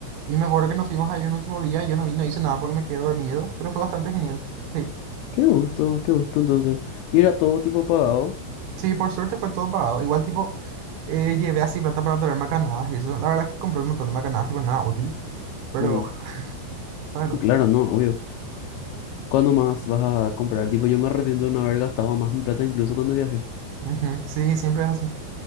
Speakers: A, on the right (about 75°); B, on the left (about 85°).
A: Y me acuerdo que nos fuimos ahí un último día, yo no vi, no hice nada porque me quedé dormido, pero fue bastante genial. Sí,
B: Qué gusto, qué gusto entonces. Y era todo tipo pagado.
A: sí, por suerte fue todo pagado. Igual tipo, eh, llevé así plata para traer macanadas y eso. La verdad es que compré un montón de macanadas, tipo nada útil, pero
B: Mm.
A: bueno, ¿sabes lo?
B: Claro, no, obvio. ¿Cuándo más vas a comprar? Tipo, yo me arrepiento de no haber gastado más mi plata incluso cuando viajé.
A: Ujú, Sí, siempre es así.